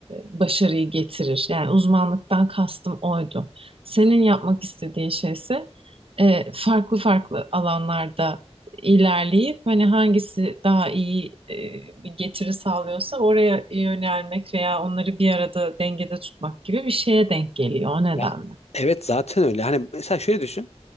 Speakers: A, on the right; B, on the left.
A: başarıyı getirir. Yani uzmanlıktan kastım oydu. Senin yapmak istediğin şey ise e, farklı farklı alanlarda ilerleyip hani hangisi daha iyi e, bir getiri sağlıyorsa oraya yönelmek veya onları bir arada dengede tutmak gibi bir şeye denk geliyor o nedenle.
B: Ya evet zaten öyle. Hani mesela şöyle düşün.